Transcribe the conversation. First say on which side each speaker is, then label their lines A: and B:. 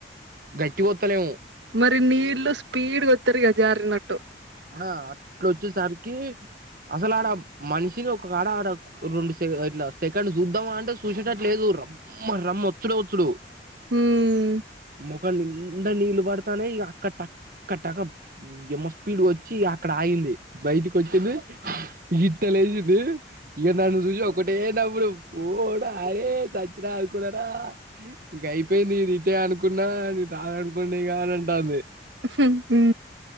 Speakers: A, on the right; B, on the right.
A: గట్టిగా వోత్తలేము
B: టీ నీడుళ్లు స్పీడ్ గొతరి య జారీనట్టు
A: ఆ అట్ల వచ్చేసరికి అసలు ఆడ మనిషిని ఒకకాడ రెండు సైడల సెకండ్ చూద్దామా అంటే చూసేట్లలేదు రమ్మ రమ్మ ఒత్తుడు ఒత్తుడు
B: ఉమ్
A: మొఖం నిండ నీళ్లు పడతున్నాయి అక్క టక్క టక యమ స్పీడ్ వచ్చి అక్కడ ఆగింది బయటికి వొచ్చింది ఇట్ట లేచింది ఇడు నన్ను చూసి ఒకటే నవ్వుడు ఓ డాడీ చచ్చిన ఆనుకున్నార ఈ ఇంక అయిపోయింది నీను ఇటే అనుకున్నా నేను రాను అనుకొని రాను అంటుంది
B: ఉఫ్ ఊ